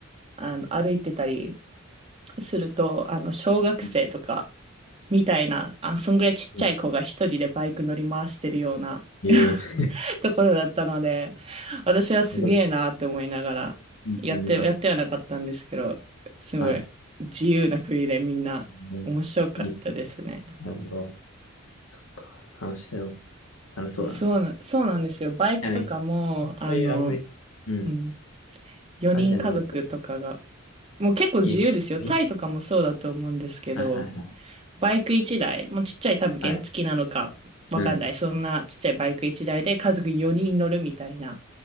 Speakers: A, on the right; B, on the left.
A: あの、歩いてたり、すると、あの、小学生とか、
B: うん。
A: みたいな、あ、そんぐらいちっちゃい子が一人でバイク乗り回してるような
B: うんええ
A: <laughs>
B: <laughs> す
A: ところだったので、私はすげえなって思いながら、
B: ごいうんうん。
A: やって、やってはなかったんですけど、すごい自由な国でみんな面白かったですね。
B: はい。ね。いい。なるほど。そっか。楽しそう。楽しそうだな。
A: そうな、
B: ち
A: そうなんですよ。バイクとかも、
B: なみに、そういうあんまり、
A: あの、
B: うん。
A: うん、4人家族とかが、
B: アジアの旅行
A: もう結構自由ですよ。
B: いえ、はい
A: タイとかもそうだと思うんですけど、
B: はいはいは
A: バイク一台、もうちっちゃい多分原付なのかわかんない。
B: い。はいうん。
A: そんなちっちゃいバイク一台で家族4人乗るみたいな。